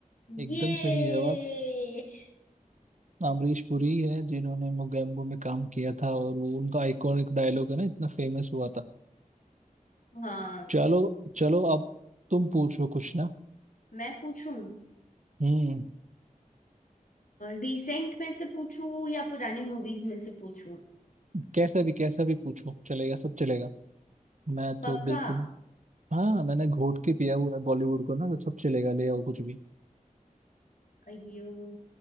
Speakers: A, on the right; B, on the left.
A: एकदम
B: ये
A: सही जवाब अमरीश पुरी है जिन्होंने मोगेम्बो में काम किया था और वो उनका आइकॉनिक डायलॉग है ना इतना फेमस हुआ था
B: हाँ
A: चलो चलो अब तुम पूछो कुछ ना
B: मैं पूछूं
A: हम्म
B: रिसेंट में से पूछूं या पुरानी मूवीज में से पूछूं
A: कैसा भी कैसा भी पूछो चलेगा सब चलेगा मैं
B: पक्का
A: तो बिल्कुल हाँ मैंने घोट के पिया हुआ है बॉलीवुड को ना तो सब चलेगा ले आओ कुछ भी
B: अयो